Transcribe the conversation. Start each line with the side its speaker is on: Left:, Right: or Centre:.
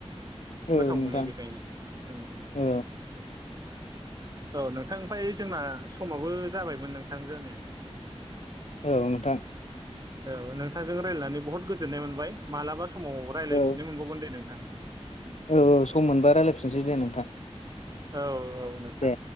Left: औ
Right: गोथाव
Left: नोंथां
Right: मोनो बेखायनो ओ।
Left: औ
Right: औ नोंथां ओमफ्राय जोंना समाबो जाबायमोन नोंथां जानाया।
Left: औ नोंथां।
Right: औ नोंथांजों रायज्लायनानै बहुद गोजोननाय मोनबाय मालाबा समाव रायज्लायफिननो
Left: औ
Right: मोनबावगोन दे नोंथां।
Left: औ औ सम मोनबा रायज्लायफिननोसै दे नोंथां।
Right: औ औ नोंथां
Left: दे